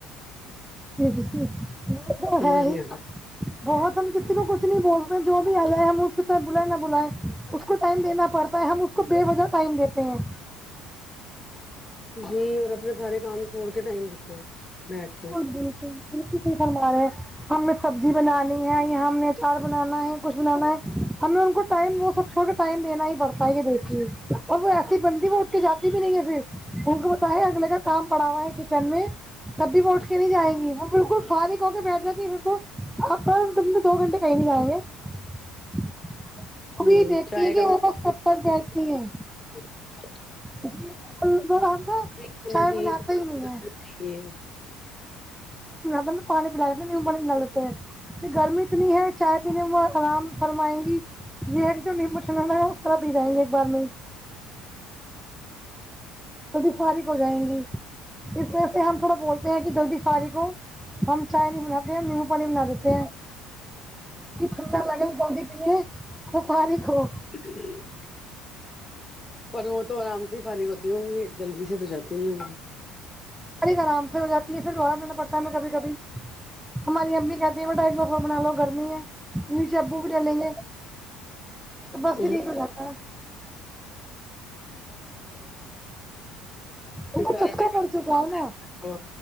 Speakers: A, in the centre; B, on the left (about 20°).
A: وہ تو
B: سمجھ
A: ہے
B: نہیں
A: ہی
B: آ
A: بہت ہم کسی کو کچھ نہیں بولتے جو بھی آ جائے ہم اس کے طر بلائیں نہ بلائیں اس کو ٹائم دینا پڑتا ہے ہم اس کو بے وجہ ٹائم دیتے ہیں
B: جی اور اپنے سارے کام چھوڑ کے ٹائم دیتے ہیں بیٹھ کے
A: بالکل بالکل صحیح فرما رہے ہیں ہم نے سبزی بنانی ہے ہم نے ا چار بنانا ہے کچھ بنانا ہے ہم نے ان کو ٹائم وہ سب چھوڑ کے ٹائم دینا ہی پڑتا ہے یہ دیکھیے اور وہ ایسی بندی وہ اٹھ کے جاتی بھی نہیں ہے پھر ان کو بتا ہے اگلے کا کام پڑا ہوا ہے کچن میں تب بھی وہ اوٹ کے نہیں جیں گی وہ بالکل فاریک ہو بیٹھ جاتی پھر تو آپکے دن میں دو گھنٹے کہیں نہیں جائیں گے ابھی
B: ہوں
A: دیکھتی
B: چائے
A: ہیں کہ وہ بس کب تک بیٹھتی ہیں
B: ج
A: ہم تو
B: ہونا
A: چائے
B: چاہیے
A: بناتے ہی نہیں
B: چاہیے
A: ہے پ پانی پلا دیتے نمبو پانی پلا لیتے ہیں کہ گرمی اتنی ہے چائے پینے میں وہ آرام فرمائیں گی یہ ایک جو نیمبو ٹنڈا لگ ہے وہ سرا پی جائیں گے ایک بار نہیں جلدی فارغ ہو جائیں گی اس وجہ سے ہم تھوڑا بولتے ہیں کہ جلدی فارغ کو ہم چاۓ نہیں بناتے نیمب و پانی بنا دیتے ہیں کہ ٹھنڈا لگاتے جلدی پیے تو فارغ ہو
B: ج پر وہ تو آرام سے ہی فارغ ہوتی ہوں گی جلدی سے تو جاتی نہیں ہوں گی
A: فارغ آرام سے ہو جاتی ہے پھر دوار لینا پڑتا ہے ہم کبھی کبھی ہماری امی کہتی ہیں بیٹا جو سو بنا لو گرمی ہے نیچے ابو بھی ڈلیں گے تو
B: گی
A: بس بھی <unintelligible> ٹھیک ہو جاتتاا
B: پھر
A: ان کو
B: سارا
A: چسکا
B: ٹائم
A: پڑ چکا ہے نا